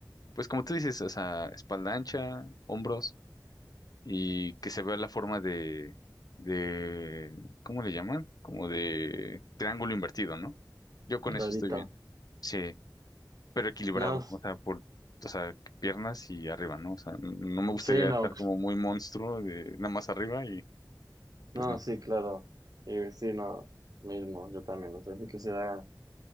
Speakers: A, on the left; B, on the right.
A: pues como tú dices, o sea, espalda ancha, hombros y que se vea la forma de, de, ¿cómo le llaman? Como de triángulo invertido, ¿no? Yo con
B: Pero
A: eso
B: ahorita.
A: estoy bien. Sí pero equilibrado,
B: No, s-
A: o sea, por, o sea, piernas y arriba, ¿no? O sea, n- no me gustaría
B: sí, no,
A: estar como muy monstruo de nada más arriba y pues
B: no,
A: no.
B: sí, claro. Y sí, no, mismo, yo también. O sea, sí quisiera